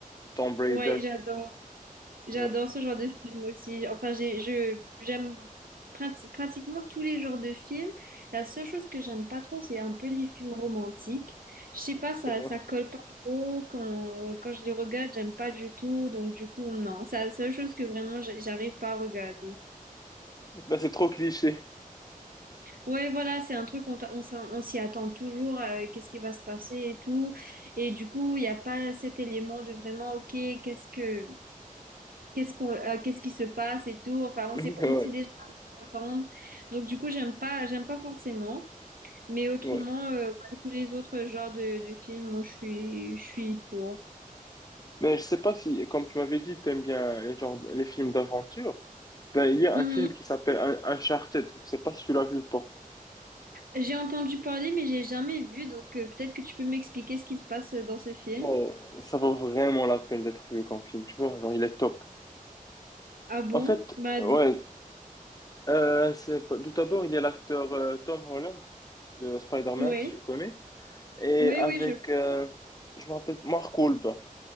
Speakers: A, on the left; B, on the right.
A: Tomb Raider.
B: ouais, j'adore. J'adore
A: Ouais.
B: ce genre de film aussi. Enfin, j'ai, je, j'aime prati- pratiquement tous les genres de films. La seule chose que j'aime pas trop, c'est un peu les films romantiques. Je sais pas, ça,
A: <laughs>
B: ça colle pas trop. Quand, quand je les regarde, j'aime pas du tout. Donc, du coup, non. C'est la seule chose que vraiment, j'a- j'arrive pas à regarder.
A: Là, c'est trop cliché.
B: Ouais, voilà, c'est un truc, on, t'a- on s'en- on s'y attend toujours. euh, qu'est-ce qui va se passer et tout. Et du coup, il n'y a pas cet élément de vraiment, OK, qu'est-ce que qu'est-ce qu'on, euh, qu'est-ce qui se passe et tout. Enfin,
A: <laughs>
B: on sait, pas on sait déjà attendre. Donc du coup, j'aime pas, j'aime pas forcément. Mais autrement,
A: Ouais, ouais.
B: euh, ouais, tous les autres genres de, de films, moi, je suis, je suis pour.
A: Mais je sais pas si, comme tu m'avais dit, t'aimes bien les genres, les films d'aventure. Ben, il y a
B: Mhm.
A: un film qui s'appelle Un- Uncharted. Je sais pas si tu l'as vu ou pas.
B: J'ai entendu parler, mais j'ai jamais vu. Donc euh, peut-être que tu peux m'expliquer ce qui se passe euh, dans ce film.
A: Oh, ça vaut vraiment la peine d'être vu comme film, tu vois. Genre, il est top.
B: Ah bon?
A: En fait,
B: Bah
A: ouais,
B: dis.
A: Euh, c'est pas- tout d'abord, il y a l'acteur euh, Tom Holland de Spider-Man,
B: Oui.
A: si tu le connais. Et
B: Oui,
A: avec,
B: oui, je.
A: euh, je me rappelle, Mark Wahlberg.